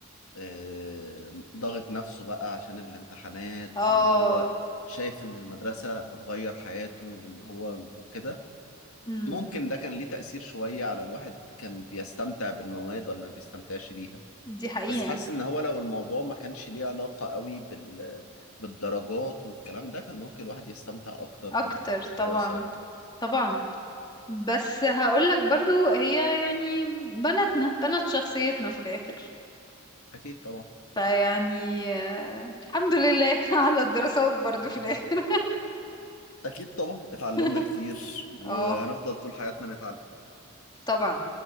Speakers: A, on the left; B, on the left.
A: آه، ضاغط نفسه بقى عشان الامتحانات
B: اه
A: وإن هو شايف إن المدرسة هتغير حياته وإن هو وكده
B: امم
A: ممكن ده كان ليه تأثير شوية على الواحد كان بيستمتع بالمواد ولا ما بيستمتعش بيها
B: دي حقيقة
A: بس حاسس ان هو لو الموضوع ما كانش ليه علاقة قوي بال... بالدرجات والكلام ده كان ممكن الواحد يستمتع اكتر
B: اكتر
A: بالدراسة
B: طبعا
A: يعني
B: طبعا بس هقولك برضو هي يعني بناتنا بنات شخصيتنا في الاخر
A: اكيد طبعا
B: فيعني آه، الحمد لله <laughs> على الدراسات برضو
A: <laughs>
B: في الاخر
A: اكيد طبعا اتعلمنا
B: <laughs>
A: كتير وهنفضل
B: اه
A: طول حياتنا نتعلم
B: طبعا